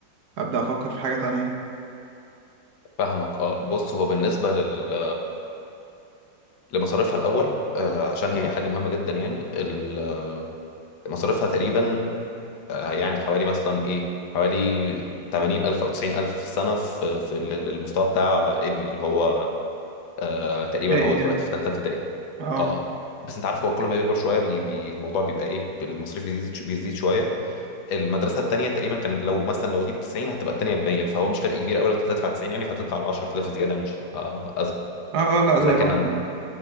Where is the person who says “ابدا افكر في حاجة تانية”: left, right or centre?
Right